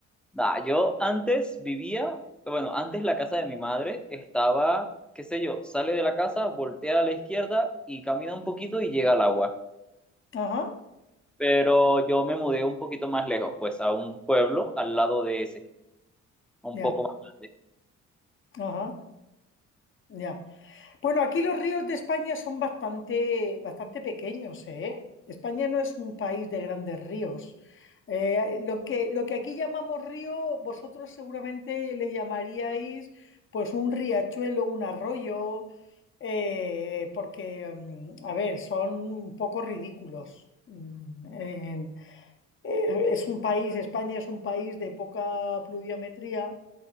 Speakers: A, in the centre; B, on the left.
A: Nah, yo antes vivía, bueno, antes la casa de mi madre estaba, qué sé yo, sale de la casa, voltea a la izquierda y camina un poquito y llega al agua.
B: Ajá,
A: Pero yo me mudé un poquito más lejos, pues a un pueblo al lado de ese, un
B: ya,
A: poco más grande.
B: ajá, ya. Bueno, aquí los ríos de España son bastante, bastante pequeños, ¿eh? España no es un país de grandes ríos. Eh, lo que, lo que aquí llamamos río, vosotros seguramente le llamaríais pues un riachuelo, un arroyo, eh, porque, mm, a ver, son un poco ridículos. Mm, eh, eh, es un país, España es un país de poca pluviometría